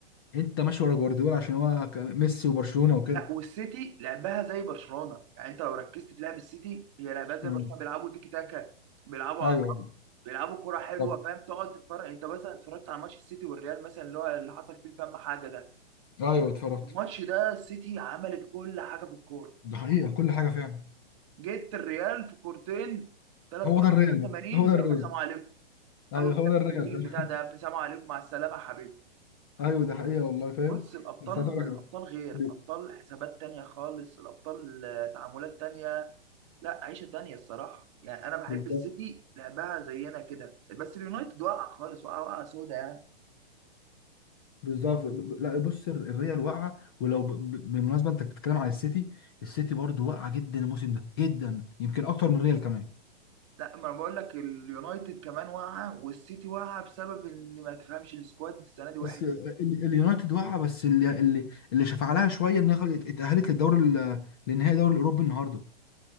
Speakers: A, on the left (about 25°); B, on the right (about 30°).
A: انت ماشي ورا جوارديولا عشان هو كان- ميسي وبرشلونة وكده
B: لا والسيتي لعبها زي برشلونه يعني انت لو ركزت في لعب السيتي هي لعبها زي
A: مم.
B: برشلونه بيلعبوا تيكي تاكا بيلعبوا
A: ايوه
B: على الارض بيلعبوا كره حلوه
A: بالظبط
B: فاهم تقعد تتفرج انت مثلا اتفرجت على ماتش السيتي والريال مثلا اللي هو اللي حصل فيه فاهم حاجه ده
A: ايوه اتفرجت
B: الماتش ده السيتي عملت كل حاجه في الكوره
A: ده حقيقة كل حاجة فعلا
B: جيت الريال في كورتين ثلاث
A: هو
B: كور
A: ده
B: في
A: الريال
B: الدقيقه
A: بقى
B: 80
A: هو ده الريال
B: يلا سلام عليكم
A: ايوه
B: خلص
A: هو
B: يا
A: ده الريال
B: ابني الميل
A: فعلا
B: بتاع ده يا ابني سلام عليكم مع السلامه يا حبيبي
A: <laughs> ايوه ده حقيقة والله فاهم
B: بص الابطال
A: بس عايز اقول
B: الابطال
A: لك على-
B: غير
A: ب-
B: الابطال حسابات تانية خالص الابطال آه، تعاملات تانية لا عيشه تانية الصراحه يعني انا بحب
A: بالظبط
B: السيتي لعبها زينا كده بس اليونايتد واقع خالص واقع واقع سودا يعني
A: بالظبط ب- لا بص ال- الريال واقعة ولو ب- ب- بالمناسبة انت بتتكلم على السيتي السيتي برضو واقعة جدا الموسم ده جدا يمكن اكتر من الريال كمان
B: لا ما انا بقول لك اليونايتد كمان واقعه والسيتي واقعه بسبب ان ما تفهمش السكواد السنه دي وحش
A: بس ال- اليونايتد واقعه بس اللي اللي اللي شفع لها شويه انها اتاهلت للدوري ال- للنهائي الدوري الاوروبي النهارده